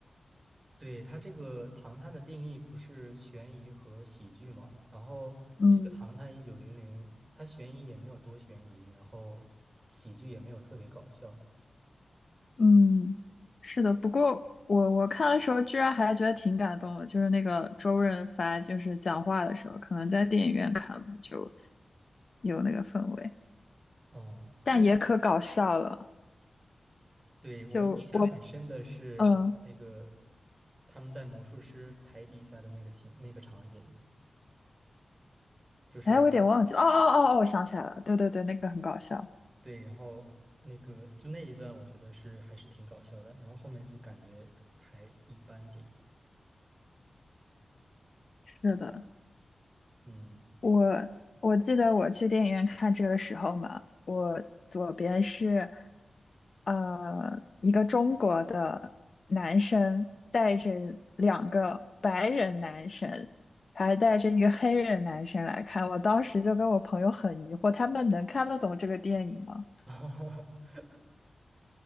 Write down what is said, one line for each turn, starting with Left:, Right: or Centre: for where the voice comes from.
Right: 对，它这个《唐探》的定义不是悬疑和喜剧嘛？然后这个《唐探一九零零》，
Left: 嗯
Right: 它悬疑也没有多悬疑，然后喜剧也没有特别搞笑。
Left: 嗯，是的。不过我我看的时候居然还觉得挺感动的，就是那个周润发就是讲话的时候，可能在电影院看吧就有那个氛围，
Right: 嗯，
Left: 但也可搞笑了。
Right: 但是对我印象很深的是那个
Left: 就我嗯，
Right: 他们在魔术师台底下的那个情那个场景，就是
Left: 哎，我有点忘记了哦哦哦哦，我想起来了，对对对，那个很搞笑。
Right: 对，然后那个就那一段，我觉得是还是挺搞笑的，然后后面就感觉还一般点，
Left: 是的。
Right: 嗯，
Left: 我我记得我去电影院看这个时候嘛，我左边是呃一个中国的男生带着两个白人男生，还带着一个黑人男生来看。我当时就跟我朋友很疑惑，他们能看得懂这个电影吗？
Right: <laughs>